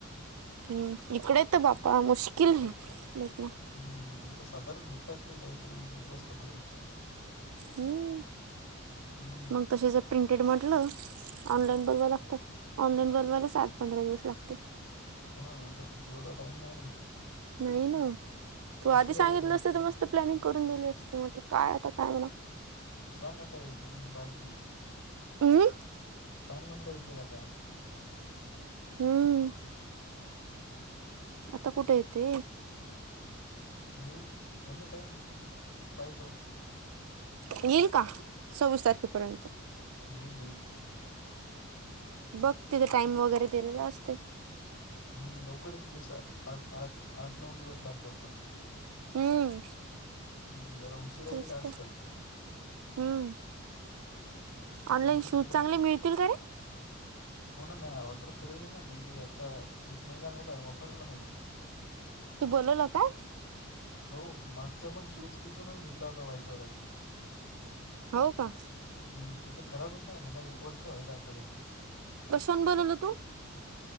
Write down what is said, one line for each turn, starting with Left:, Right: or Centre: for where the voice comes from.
Right: हम्म इकडे तर बापा मुश्किल आहे ब.
Left: हम्म इथं साधारण भेटतात ते काहीतरी विचित्रस कपडे.
Right: हम्म
Left: हम्म
Right: मग तसेच प्रिंटेड म्हटलं ऑनलाईन बोलवावय लागतं ऑनलाईन बोलवायला सठ पंधरा दिवस लागते.
Left: हो ना तर तिथ तेवढा टाइम नाही ना.
Right: नाही ना तू
Left: उशिरा
Right: आधी सांगितलं
Left: यायला एक
Right: असत तर मस्त. प्लॅनिंग करून दिली असते म्हटलं काय आता काय बणा.
Left: सांग आता एक एक मग बाय तू
Right: हम्म
Left: सांग म्हणलं एकक आता.
Right: हम्म आता कुठे येते.
Left: येल हना टाम पतो.
Right: येईल का सव्वीस तारखेपर्यंत.
Left: येणे.
Right: बघ तिथ टाइम वगैरे दिलेला असते.
Left: हम् लवकर य त तस आठ आठ आठ नऊ दिवस लागतात पण.
Right: हम्म
Left: हम् जरा उशीिरा
Right: तेच
Left: येईल आजकाल.
Right: तर हम्म.
Left: ते
Right: ऑनलाईन
Left: काहीतरी
Right: शूज
Left: तिकडं
Right: चांगले मिळतील का रे
Left: हो ना मी ऑर्डर करेल आहे ना म्हणजे आता एक महिना झाला वापरला नाही मी.
Right: तू बोलवल काय?
Left: हो मागचा पण शूज तिथूनच घेतला होता व्हाईटवाला.
Right: हो का.
Left: हम् ते तर खराबच नाही झाला एक वर्ष व्हायला आता त्याला.
Right: कशाहुन बोलवल तू?